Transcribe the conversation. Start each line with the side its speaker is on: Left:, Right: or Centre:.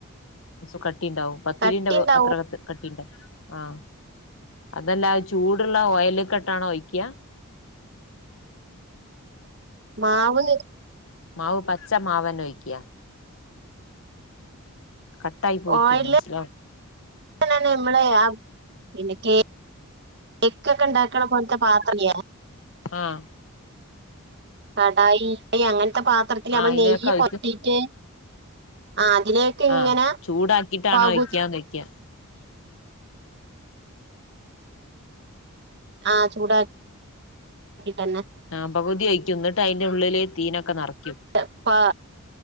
Left: കട്ടിണ്ടാവും പത്തിരി
Right: കട്ടിണ്ടാവും
Left: പൊ അത്രകത്ത് കട്ടിണ്ടാവും. ആഹ് അതല്ലാ ചൂടുള്ള ഓയലേക്കെട്ടാണോ ഒഴിക്ക.
Right: മാവ്ന
Left: മാവ് പച്ച മാവന്നെ ഒയിക്ക. കട്ടായി പോയിട്ട്
Right: ഓയില്
Left: മനസ്സിലാവ്
Right: <inaudible> കേക്കൊക്കെ ഉണ്ടാക്ക്ണ പോൽത്തെ പാത്രല്ലേ.
Left: ആഹ്.
Right: കടായി അങ്ങനത്തെ പാത്രത്തിൽ, നമ്മൾ
Left: ആഹ് അയിലേക്കാ
Right: നെയ്യ്
Left: ഒഴിക്ക
Right: പൊരറ്റീട്ട്. ആ അതിലേക്ക് ഇങ്ങനെ
Left: ആഹ് ചൂടാക്കിട്ടാണ്
Right: പകുതി
Left: ഒഴിക്കാന്ന് വെക്ക
Right: ആഹ് ചൂടാക്കിട്ടന്നെ.
Left: ആഹ് പകുതി ഒഴിക്കും എന്നിട്ട് അയിന്റെ ഉള്ളിൽ തീനൊക്കെ നെറക്കും.
Right: എ പാ